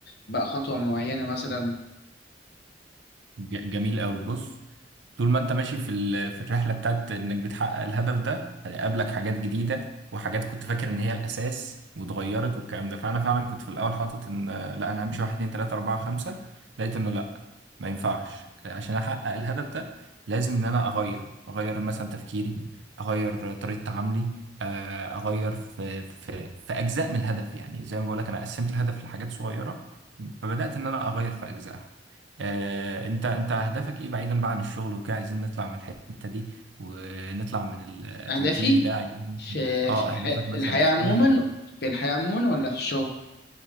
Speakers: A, on the left (about 60°); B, on the right (about 75°).
A: بقى خطوة معينة مثلا
B: ج- جميل قوي بص طول ما انت ماشي في ال- في الرحله بتاعت انك بتحقق الهدف ده هيقابلك حاجات جديده وحاجات كنت فاكر ان هي الاساس واتغيرت والكلام ده فانا فعلا كنت في الاول حاطط ان آه، لا انا همشي واحد اتنين تلاته اربعه خمسه لقيت انه لا ما ينفعش آه، عشان احقق الهدف ده لازم ان انا اغير اغير مثلا تفكيري اغير طريقه تعاملي آه، اغير في في في اجزاء من الهدف يعني زي ما بقول لك انا قسمت الهدف لحاجات صغيره فبدات ان انا اغير في اجزاء آه، انت انت اهدافك ايه بعيدا بقى عن الشغل وكده عايزين نطلع من الحتة دي ونطلع من ال- الروتيني
A: أهدافي
B: ده عايزين
A: في
B: مثلاً- اه
A: في الحياة
B: اهدافك مثلا
A: في الحياة
B: في
A: عموما
B: كل حاجة
A: في الحياة عموما ولا في الشغل